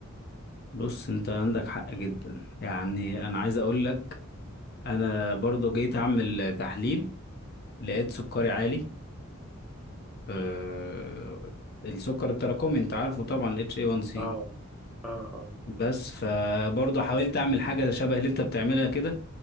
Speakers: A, on the left; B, in the centre.
A: بص انت عندك حق جدا يعني انا عايز اقول لك انا برضو جيت اعمل تحليل لقيت سكري عالي أه السكر التراكمي انت عارفه طبعا ال HA1C
B: اه اه اه
A: بس فبرضه حاولت اعمل حاجه شبه اللي انت بتعملها كده